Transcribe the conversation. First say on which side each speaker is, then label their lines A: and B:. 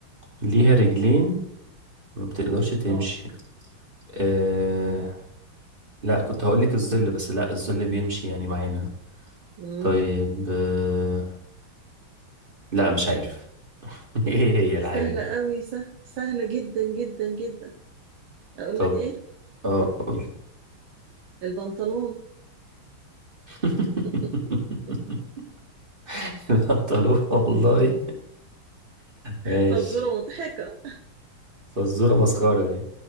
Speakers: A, on the right; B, on the right.
A: ليها رجلين ما بتقدرش تمشي
B: اه
A: أه لا كنت هقولك الظل بس لا الظل بيمشي يعني معانا
B: مم.
A: طيب آه، لا مش عارف <laughs> ايه هي
B: دي
A: الحاجة
B: سهلة
A: دي
B: قوي سهلة سهلة جدا جدا جدا اقول
A: طب
B: لك ايه
A: اه قولي
B: البنطلون
A: <laughs>
B: <laughs>
A: البنطلون والله ماشي
B: فزورة مضحكة
A: فالزورة مسخرة دي